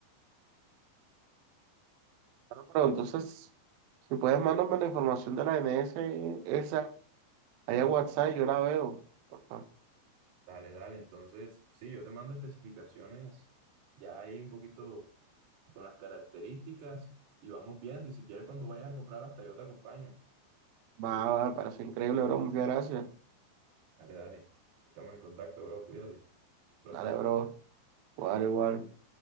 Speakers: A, on the right (about 80°); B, on the right (about 60°).
A: Bueno, pero entonces, Si puedes, mándame la información de la N S esa, allá en WhatsApp, yo la veo. Porfa.
B: Dale, dale, entonces sí, yo te mando especificaciones ya ahí un poquito con las características y vamos viendo y si quieres cuando vayas a comprar hasta yo te acompaño.
A: Va, va, me parece increíble, bro. Muchas gracias.
B: Dale, dale. Estamos en contacto, bro. Cuídate. Placer.
A: Dale, bro. Igual, igual.